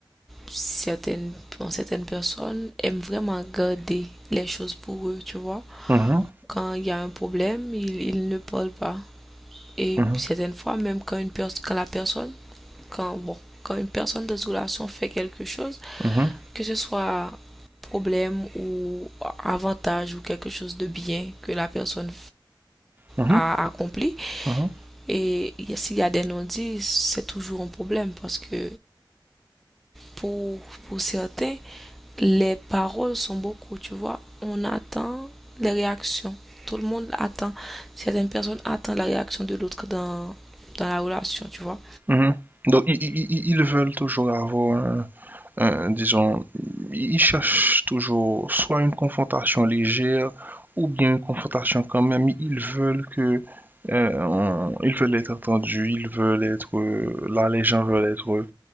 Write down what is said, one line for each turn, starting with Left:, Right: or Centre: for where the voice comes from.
Centre: certaines, pour certaines personnes aiment vraiment garder les choses pour eux, tu vois.
Right: Mhm,
Centre: Quand il y a un problème, ils, ils ne parlent pas. Et
Right: mhm,
Centre: certaines fois, même quand, une personne quand la personne, quand, bon, quand une personne dans une relation fait quelque chose,
Right: mhm,
Centre: que ce soit problème ou avantage ou quelque chose de bien que la personne
Right: mhm,
Centre: à accomplir.
Right: mhm,
Centre: Et s'il y a des non-dits, c'est toujours un problème parce que pour, pour certains, les paroles sont beaucoup, tu vois. On attend les réactions. Tout le monde attend. Certaines personnes attendent la réaction de l'autre dans, dans la relation, tu vois.
Right: mhm, mhm. Donc, ils, ils- ils- ils veulent toujours avoir un- euh, disons, ils cherchent toujours soit une confrontation légère ou bien une confrontation quand même. Ils veulent que, euh, on- ils veulent être entendus, ils veulent être, euh, là les gens veulent être,